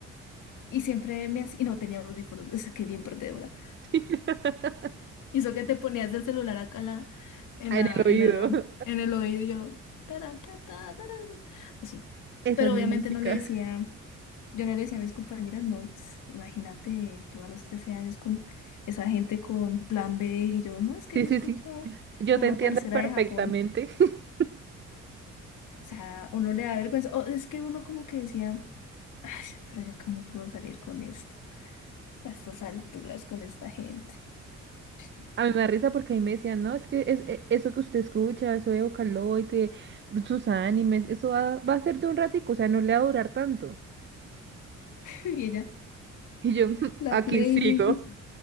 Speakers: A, on the left (about 80°); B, on the right (about 40°).
A: Y siempre me hacía, y no tenía audífonos, es que bien perdedora.
B: <laughs>
A: Y eso que te ponías el celular acá en la, en
B: En
A: la,
B: el
A: en
B: oído.
A: la, en el oído, yo, taran, ta, ta, taran, así.
B: Esa
A: Pero
B: es mi
A: obviamente
B: música.
A: no le decía. Yo no le decía a mis compañeras, no, pues imagínate tú a los 13 años con esa gente con plan B y yo, no, es que
B: Sí,
A: yo
B: sí,
A: escucho
B: sí.
A: a
B: Yo
A: una
B: te entiendo
A: parcera
B: perfectamente.
A: de Japón.
B: <laughs>
A: O sea, uno le da vergüenza. O es que uno como que decía, "Ay, pero yo cómo puedo salir con esto, a estas alturas con esta gente. <laughs>
B: A mí me da risa porque a mí me decían, no, es que es, e- eso que usted escucha, eso de Vocaloid, sus animes, eso va, va a ser de un ratico, o sea, no le va a durar tanto.
A: Y ella,
B: Y yo, <laughs>
A: la
B: aquí
A: playlist,
B: sigo.